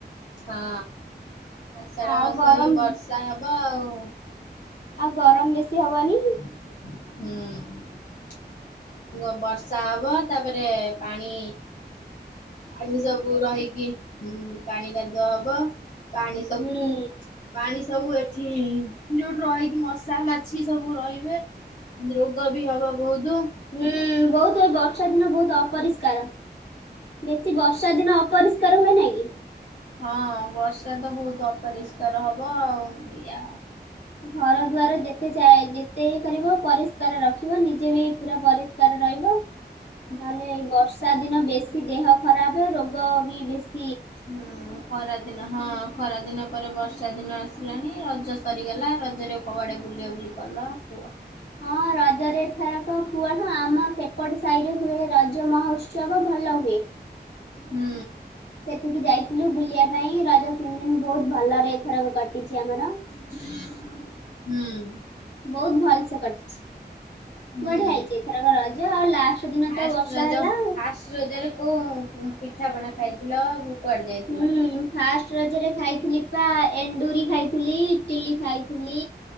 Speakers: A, on the left; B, on the left.
A: ହଁ ଆଷାଢ
B: ଆଉ
A: ମାସ
B: ଗରମ
A: ଏଇ ବର୍ଷା ହବ ଆଉ।
B: ଆଉ ଗରମ ବେଶୀ ହବନି।
A: ହୁଁ। ଗ-ବର୍ଷା ହବ, ତାପରେ ପାଣି ପାଣି ସବୁ ରହିକି ହୁଁ, ପାଣି କାଦୁଅ ହବ, ପାଣି ସବ
B: ହୁଁ
A: ପାଣି ସବୁ ଏଠି, ଯୋଉଠି ରହିକି ମଶା ମାଛି ସବୁ ରହିି ଯେ ଉଁ, ରୋଗ ବି ହବ ବହୁତୁ।
B: ହୁଁ, ବହୁତୁ ଏ ବର୍ଷା ଦିନ ବହୁତ ଅପରିଷ୍କାର। ବେଶୀ ବର୍ଷା ଦିନ ଅପରିଷ୍କାର ହୁଏ ନାଇଁ କି?
A: ହଁ ବର୍ଷା ତ ବହୁତ ଅପରିଷ୍କାର ହବ ଆଉ ଇଆ।
B: ଘର ଦୁଆର ଯେତେ ଚା-ଯେତେ ଇଏ କରିବ ପରିଷ୍କାର ରଖିବ, ନିଜେ ବି ପୁରା ପରିଷ୍କାର ରହିବ।
A: ହୁଁ!
B: ନହେଲେ ଏଇ ବର୍ଷା ଦିନ ବେଶୀ ଦେହ ଖରାପ, ରୋଗ ବି ବେଶ
A: ହୁଁ, ଖରା ଦିନ ହଁ ଖରା ଦିନ ପରେ ବର୍ଷା ଦିନ ଆସିଲାଣି, ରଜ ସରିଗଲା, ରଜରେ କୋଉ ଆଡେ ବୁଲିଆ ବୁଲି କଲ କୁଅ?
B: ହଁ ର ରଜରେ ଏଥରକ କୁଅ ହଁ, ଆମ ସେପଟ ସାହିରେ ହୁଏ ରଜ ମହୋତ୍ସବ ଭଲ ହୁଏ।
A: ହୁଁ।
B: ସେଠିକି ଯାଇଥିଲୁ ବୁଲିବା ପାଇଁ ରଜ ତିନ ଦିନ ବହୁତ ଭଲରେ ଏଥରକ କଟିଛି ଆମର।
A: ହୁଁ।
B: ବହୁତ ଭଲ ସେ କଟିଛି
A: ହୁଁ।
B: ବଢିଆ ହେଇଛି ଏଥରକ ରଜ ଆଉ ଲାଷ୍ଟ ଦିନ
A: ଫାଷ୍ଟ
B: ତ ବର୍ଷା
A: ରଜ
B: ହେଲା ଆଉ
A: ଫାଷ୍ଟ ରଜରେ କୋଉଁ ପିଠାପଣା ଖାଇଥିଲ? କୁଆଡେ ଯାଇଥିଲ?
B: ହୁଁ। ଫାଷ୍ଟ ରଜରେ ଖାଇଥିଲି ପା ଏଣ୍ଡୁରି ଖାଇଥିଲି ଇଟିଲି ଖାଇଥିଲି